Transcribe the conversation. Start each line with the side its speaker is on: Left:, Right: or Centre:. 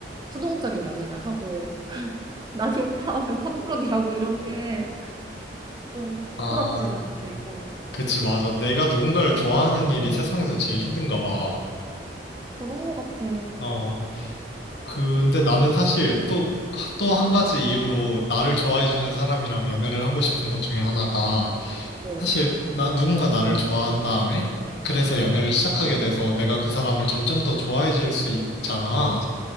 Right: 수동적인 연애를 하고 나 좋다 하면 함부로 대하고 <laughs> 이런 게 좀
Left: 아,
Right: 부끄럽지만 그래. 어.
Left: 그치, 맞아. 내가 누군가를 좋아하는 일이 세상에서 제일 힘든가 봐.
Right: 그런 거 같아.
Left: 어, 근데 나는 사실 또, 또 한 가지 이유로 나를 좋아해주는 사람이랑 연애를 하고 싶은 것 중에 하나가
Right: 어,
Left: 사실 나 누군가 나를 좋아한 다음에 그래서 연애를 시작하게 돼서 내가 그 사람을 점점 더 좋아해질 수 있잖아.